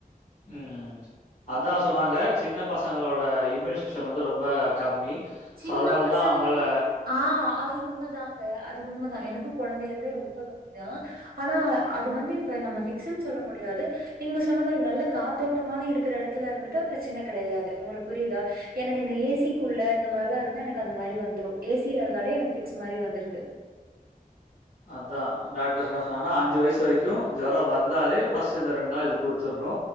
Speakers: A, on the left; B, on the right.
A: ம் அதா சொன்னாங்க சின்ன பசங்களோட இம்யூனி விஷம் வந்து ரொம்ப கம்மி
B: சின்ன
A: சோ அதனால
B: பசங்க
A: தா அவங்களால
B: ஆ அது உண்மதாங்க அது உண்மதா எனக்கு குழந்தையில இருந்தே ரொம்ப கம்மி தா ஆனா அது வந்து இப்ப நம்ம ஃபிக்ஸ் னு சொல்ல முடியாது நீங்க சொன்ன மாதிரி நல்ல காத்தோட்டமான இருக்கிற எடத்துல இருந்துட்டா பிரச்சனை கிடையாது உங்களுக்கு புரியுதா எனக்கு இந்த ஏசிக்குள்ள இந்த மாதிரிலாருந்தா எனக்கு அந்த மாதிரி வந்துரு ஏசி கீழயிறுந்தாலே எனக்கு ஃபிக்ஸ் மாதிரி வந்துருது
A: அதா டாக்டர் என்ன சொன்னார் னா அஞ்சு வயசு வரைக்கு ஜொரோ வந் வந்தாரு ஃபஸ்ட் இந்த ரெண்டு நாள் இருந் கொடுத்துருணு